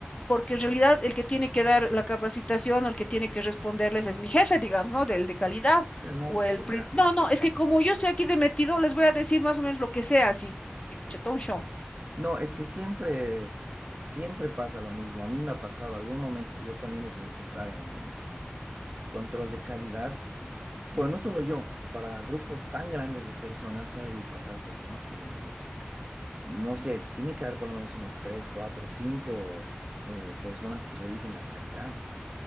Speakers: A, on the left; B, on the right.
A: porque en realidad el que tiene que dar la capacitación o el que tiene que responderles es mi jefe, digamos, ¿no? Del de calidad
B: ya no,
A: o el
B: pues
A: prin-
B: ya.
A: No, no, es que como yo estoy aquí de metido, les voy a decir más o menos lo que sea, así, y chatón show.
B: No, es que siempre, siempre pasa lo mismo. A mí me ha pasado algún momento, yo también he tenido que estar en control de calidad Bueno, no solo yo, para grupos tan grandes de personas está debido pasar también que, no sé, tiene que haber por lo menos unos 3, 4, 5 eh, personas que revisen la calidad.